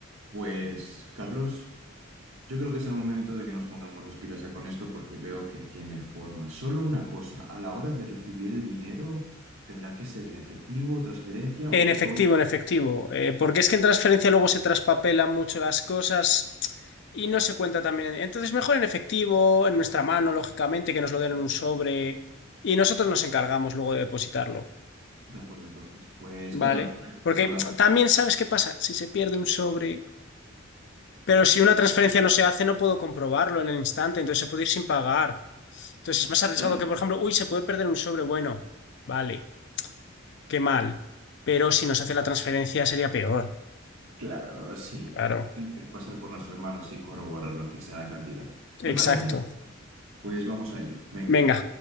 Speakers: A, on the right (about 75°); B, on the left (about 60°).
A: Pues, Carlos, yo creo que es el momento de que nos pongamos las pilas ya con esto porque veo que tiene forma. Solo una cosa, a la hora de recibir el dinero, ¿tendrá que ser en efectivo, transferencia
B: En
A: o...
B: efectivo,
A: ti- o-
B: en efectivo. Eh, porque es que en transferencia luego se traspapelan mucho las cosas y no se cuenta también. en- Entonces, mejor en efectivo, en nuestra mano, lógicamente, que nos lo den en un sobre y nosotros nos encargamos luego de depositarlo,
A: De acuerdo, entonces. Pues,
B: ¿vale?
A: Carlos, no hay
B: Porque
A: más que hablar.
B: también sabes qué pasa, si se pierde un sobre, pero si una transferencia no se hace, no puedo comprobarlo en el instante, entonces se puede ir sin pagar. Entonces es más arriesgado
A: Claro.
B: que, por ejemplo, uy, se puede perder un sobre, bueno, vale, qué mal. Pero si nos hace la transferencia sería peor,
A: Claro, sí.
B: claro.
A: Tendrá que pasar por nuestras manos y corroborar lo que sea la cantidad. Me
B: Exacto.
A: parece genial. Pues vamos a ello. Venga.
B: venga